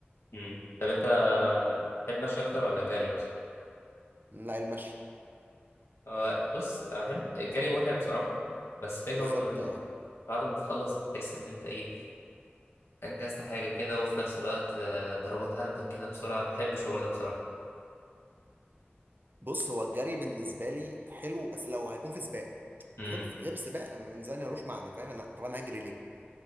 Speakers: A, on the left (about 90°); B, on the right (about 50°).
A: امم طب انت تحب مشي اكتر ولا جري مثلا
B: لا المشي
A: هو بص احب الجري متعب بصراحة بس فكرة
B: بالظبط
A: برضه ال-
B: اه
A: بعد ما تخلص بتحس ان انت ايه انجزت حاجة كده وفي نفس الوقت آه، ضربات قلبك كده بسرعة بحب الشعور ده بصراحة
B: بص هو الجري بالنسبه لي حلو بس لو هيكون في سباق
A: امم
B: غير غير سباق بالنسبه لي ملوش معنى فاهم انا طب انا هجري ليه